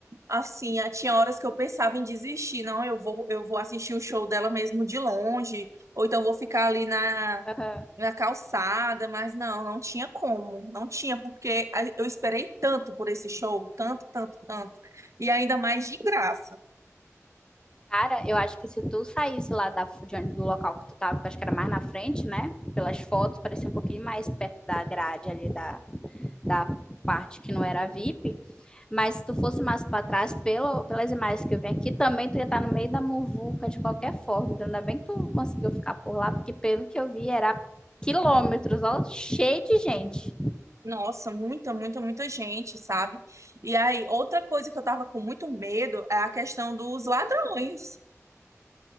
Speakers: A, on the right; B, on the left.
A: Assim, ah, tinha horas que eu pensava em desistir, não, eu vou, eu vou assistir o show dela mesmo de longe, ou então vou ficar ali na,
B: Aham.
A: na calçada, mas não, não tinha como, não tinha, porque a- eu esperei tanto por esse show, tanto, tanto, tanto, e ainda mais de graça.
B: Cara, eu acho que se tu saísse lá da, de onde- do local que tu tava, que eu acho que era mais na frente, né? Pelas fotos, parecia um pouquinho mais perto da grade ali da, da parte que não era VIP. Mas se tu fosse mais para trás, pelo, pelas imagens que eu vi aqui, também tu ia estar no meio da muvuca de qualquer forma. Então, ainda bem que tu conseguiu ficar por lá, porque pelo que eu vi, era quilômetros, ó, cheio de gente.
A: Nossa, muita, muita, muita gente, sabe? E aí, outra coisa que eu tava com muito medo é a questão dos ladrões.